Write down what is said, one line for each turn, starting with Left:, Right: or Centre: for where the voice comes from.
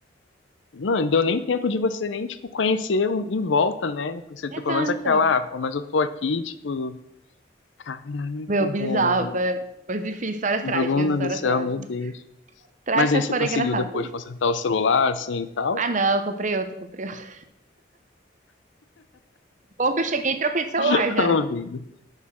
Left: Não, não deu nem tempo de você nem, tipo, conhecer o- em volta, né? Pra Você ter
Right: Exato.
Left: pelo menos aquela, ah, pô, mas eu tô aqui, tipo, caraca,
Right: Meu, bizarro,
Left: velho,
Right: né? Mas enfim, histórias
Left: Bruna
Right: trágicas, histórias
Left: do céu,
Right: trágicas.
Left: meu Deus.
Right: Trágicas,
Left: Mas aí você
Right: porém
Left: conseguiu
Right: engraçadas.
Left: depois consertar o celular, assim, e tal?
Right: Ah, não, comprei outro, comprei outro. Bom que eu cheguei e troquei de celular
Left: <laughs>
Right: já,
Left: Ô,
Right: né?
Left: vida.